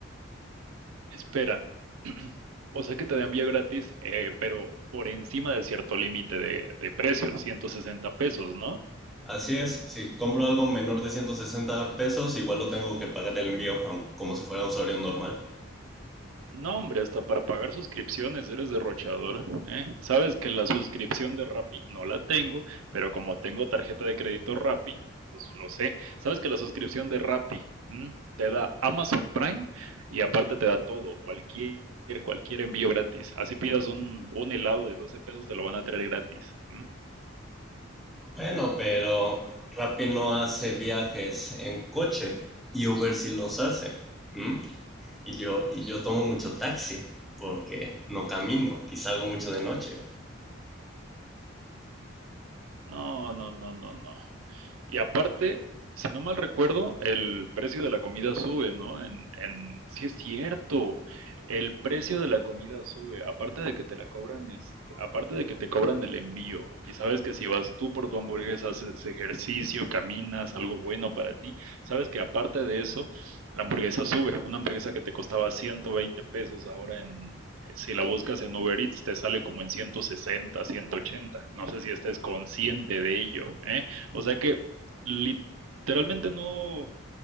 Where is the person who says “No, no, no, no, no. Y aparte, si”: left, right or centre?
Right